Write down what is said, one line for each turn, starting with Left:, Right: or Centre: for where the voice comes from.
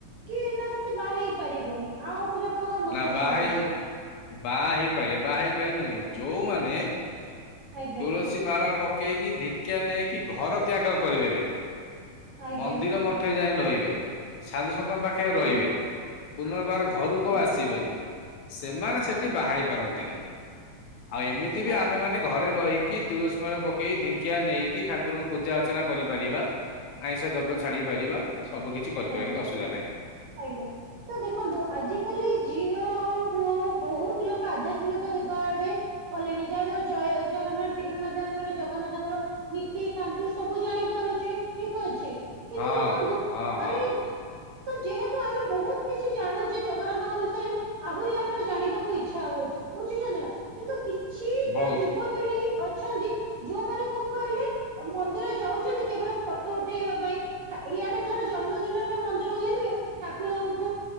Right: କି ନା ସେ ବାଆ ହେଇ ପାରିବନି ଆ ଉପରେ ଆପଣଙ୍କର ମତ
Left: ନା ବାହା
Right: କଣ
Left: ହେଇ
Right: ଅଛି?
Left: ବାହା ହେଇପାରିବ ବାହା ହେଇପାରିବନି କାଇଁକି ଯୋଉମାନେ ତୁଳସି
Right: ଆଜ୍ଞା
Left: ସି ମାଳା ପକେଇକି ଧିକ୍ଷା ନେଇକି ଘର ତ୍ୟାଗ କରିଦେବେ।
Right: ଆଜ୍ଞା
Left: ମନ୍ଦିର ମଠରେ ଯାଇ ରହିବେ ସାଧୁସନ୍ତଙ୍କ ପାଖରେ ରହିବେ।
Right: ଆଜ୍ଞା
Left: ପୁନର୍ବାର ଘରୁ କଉ
Right: ଆଜ୍ଞା
Left: ଆସ ତିବେନି ସେମାନେ ସେଠି
Right: ଆଚ୍ଛା
Left: ବାହାହେଇ ପାରନ୍ତିନି ଆଉ ଏମିତି ବି
Right: ଆଚ୍ଛା
Left: ଆମେମାନେ ଘରେ ରହିକି ତୁଳସୀ ମାଳ ପକେଇ ଧିଖ୍ୟା ନେଇକି ଠାକୁରଙ୍କୁ ପୂଜା ଅର୍ଚ୍ଚନା କରିପାରିବା। ଆଇଁଷ ଦ୍ରବ୍ୟ
Right: ଆଜ୍ଞା
Left: ଛାଡି ପାରିବା ସବୁ କିଛି କରିପାରିବା
Right: ଆଜ୍ଞା
Left: କିଛି ଅସୁବିଧା ନାହିଁ।
Right: ଆଜ୍ଞା ତ ଦେଖନ୍ତୁ
Left: ହଁ
Right: ଆଜି କାଲି ଝିଅ ହେଉ ପୁଅହେଉ ବହୁତ ଲୋକ ଆଧ୍ୟାତ୍ମିକ ଦିଗ ଆଡେ କଲେଣି ଯାହା ଦ୍ଵାରା ଜୟ ଜଗନ୍ନାଥ ଟିଭି ମାଧ୍ୟମରେ ଜଗନ୍ନାଥଙ୍କର ନୀତିକାାନ୍ତି ସବୁ ଜାଣିପାରୁଛେ ଠିକ ଅଛି କିନ୍ତୁ
Left: ହଁ
Right: ଦେଖନ୍ତୁ
Left: ହଁ
Right: ମାନେ ତ ଯେହେତୁ ଆମେ ବହୁତ କିଛି ଜାଣୁଚି ଜଗନ୍ନାଥଙ୍କ ବିଷୟରେ ଆହୁରି ଆମର ଜାଣିବାକୁ ଇଚ୍ଛା ହଉଚି ବୁଝିଛନ୍ତି ନା କିନ୍ତୁ କିଛିଟା
Left: ବହୁତ
Right: ଯୁ <unintelligible> ବି ଅଛନ୍ତି ଯୋଉମାନେ କଣ କହିଲେ ମନ୍ଦିର ଯାଉଛନ୍ତି କେବଳ ଫଟୋ ଉଠେଇବା ପାଇଁ ଠା ଇଆଡେ ଜନ୍ମଦିନରେ ମନ୍ଦିରକୁ ଯାଇଥିବେ ଠାକୁରଙ୍କ